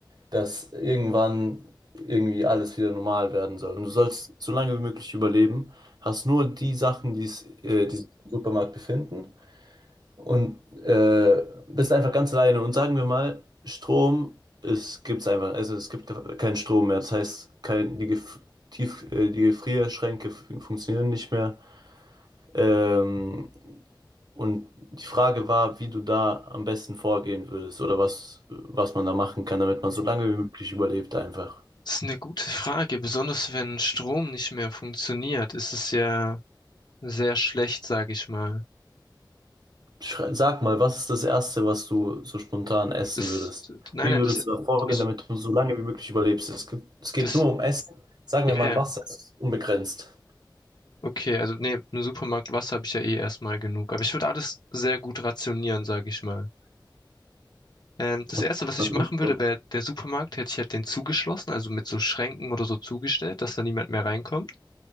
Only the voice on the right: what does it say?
dass irgendwann irgendwie alles wieder normal werden soll. Und du sollst so lange wie möglich überleben, hast nur die Sachen, die, es, äh, die sich im Supermarkt befinden und äh, bist einfach ganz alleine. Und sagen wir mal, Strom, es gibt's einfach, also es gibt keinen Strom mehr. Das heißt, kein, die, Gef- Tief, äh, die Gefrierschränke f- funktionieren nicht mehr. Ähm, und die Frage war, wie du da am besten vorgehen würdest oder was, was man da machen kann, damit man so
lange wie möglich überlebt einfach.
Schrei- Sag mal, was ist das Erste, was du so spontan essen
würdest?
Wie
würdest
du da vorgehen,
damit du so lange wie möglich überlebst? Es gibt, es geht
nur um Essen. Sagen
wir mal,
Wasser ist unbegrenzt.
Und
Das
ist
so.